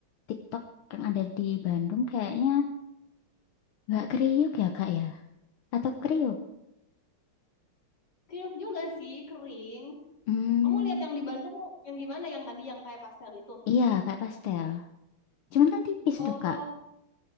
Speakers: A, on the left; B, on the left.
A: TikTok yang ada di Bandung kayaknya nggak kriuk ya, Kak ya? Atau kriuk?
B: Kriuk juga sih, kering.
A: Hmm.
B: Kamu lihat yang di Bandung yang gimana yang tadi yang kayak pastel itu?
A: Iya, kayak pastel. Cuman kan tipis
B: Oh,
A: tuh, Kak.